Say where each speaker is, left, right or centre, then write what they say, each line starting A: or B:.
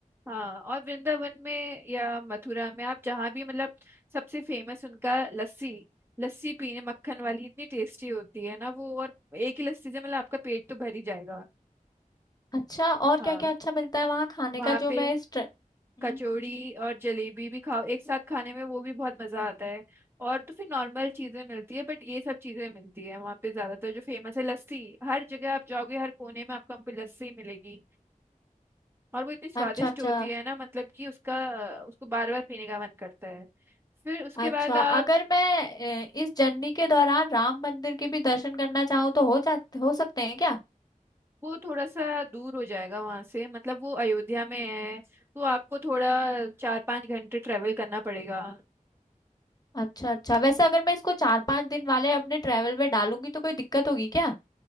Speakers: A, on the right (about 15°); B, on the left (about 30°).
A: हाँ और वृंदावन में या मथुरा में आप जहाँ भी मतलब सबसे फेमस उनका लस्सी लस्सी पीने मक्खन वाली इतनी टेस्टी होती है ना वो और एक ही लस्सी से मतलब आपका पेट तो भर ही जाएगा
B: अच्छा और
A: हाँ
B: क्या क्या अच्छा मिलता है वहाँ खाने
A: वहाँ
B: का जो
A: पे
B: मैं इस ट्र... हम्म,
A: कचौड़ी और जलेबी भी खाओ एक साथ खाने में वो भी बहुत मजा आता है और तो फिर नॉर्मल चीजें मिलती है बट ये सब चीजें मिलती है वहाँ पे ज्यादातर जो फेमस है लस्सी हर जगह आप जाओगे हर कोने में आपको हमको लस्सी मिलेगी और वो इतनी स्वादिष्ट
B: अच्छा अच्छा
A: होती है ना मतलब कि उसका उसको बार बार पीने का मन करता है फिर उसके
B: अच्छा
A: बाद आप
B: अगर मैं अ, इस जर्नी के दौरान राम मंदिर के भी दर्शन करना चाहूँ तो हो जाते हो सकते हैं क्या
A: वो थोड़ा सा दूर हो जाएगा वहां से मतलब वो अयोध्या में है तो आपको थोड़ा चार पांच घंटे ट्रेवल करना पड़ेगा
B: अच्छा अच्छा वैसे अगर मैं इसको चार पांच दिन वाले अपने ट्रेवल में डालूंगी तो कोई दिक्कत होगी क्या